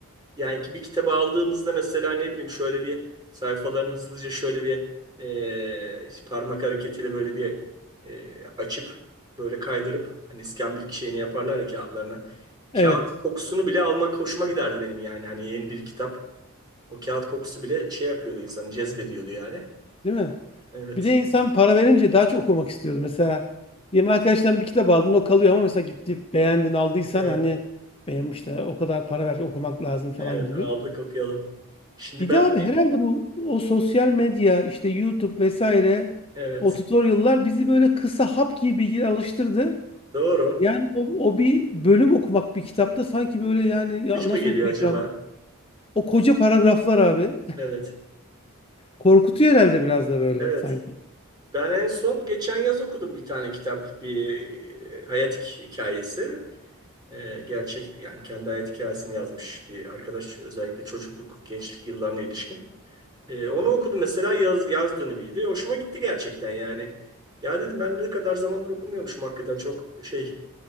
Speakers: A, on the right; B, on the left.
A: Yani ki bir kitabı aldığımızda mesela ne bileyim şöyle bir sayfalarını hızlıca şöyle bir e, parmak hareketiyle böyle bir e, açıp böyle kaydırıp hani iskambil şeyini yaparlar ya kağıtlarına.
B: Evet,
A: Kağıt kokusunu bile almak hoşuma giderdi benim yani. Hani yeni bir kitap. O kağıt kokusu bile şey yapıyordu insanı cezbediyordu yani.
B: değil mi?
A: Evet.
B: Bir de insan para verince daha çok okumak istiyordu. Mesela diyelim arkadaştan bir kitap aldın o kalıyor ama mesela gitti beğendin aldıysan
A: Evet.
B: hani benim işte o kadar para ver okumak lazım falan
A: Evet
B: gibi.
A: aldık okuyalım. Şimdi
B: Bir
A: ben
B: de abi herhalde bu o sosyal medya işte YouTube vesaire
A: evet
B: o tutorial'lar bizi böyle kısa hap gibi bilgiye alıştırdı.
A: doğru.
B: Yani o, o bir bölüm okumak bir kitapta sanki böyle yani ya
A: Gücü mü
B: nasıl
A: geliyor
B: okuyacağım?
A: acaba?
B: O koca paragraflar abi <laughs>
A: Evet.
B: korkutuyor herhalde biraz da böyle
A: Evet.
B: sanki.
A: Ben en son geçen yaz okudum bir tane kitap. Bir e, hayat hikayesi. Ee, gerçek yani kendi hayat hikayesini yazmış bir arkadaş. Özellikle çocukluk, gençlik yıllarına ilişkin. Ee, onu okudum mesela yaz, yaz dönemiydi. Hoşuma gitti gerçekten yani. Ya dedim ben ne kadar zamandır okumuyormuşum hakikaten çok şey